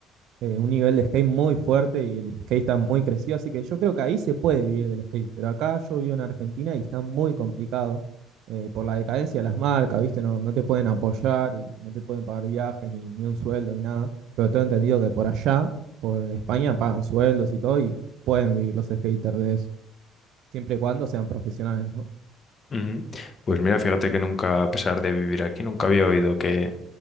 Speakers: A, on the right; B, on the left.
A: eh, un nivel de skate muy fuerte y el skate está muy crecido, así que yo creo que ahí se puede vivir del skate, pero acá yo vivo en Argentina y está muy complicado eh, por la decadencia de las marcas, ¿viste? No, no te pueden apoyar y no te pueden pagar viajes ni, ni un sueldo ni nada, pero tengo entendido que por allá, por España, pagan sueldos y todo y pueden vivir los skaters de eso, siempre y cuando sean profesionales, ¿no?
B: Ujú. Pues mira, fíjate que nunca, a pesar de vivir aquí, nunca había oído que,